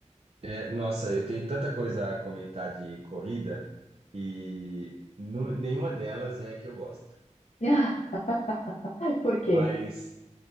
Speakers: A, on the right; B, on the left.
A: É, nossa, eu tenho tanta coisa a comentar de corrida e nu- nenhuma delas é que eu gosto.
B: <laughs> Por quê?
A: Mas,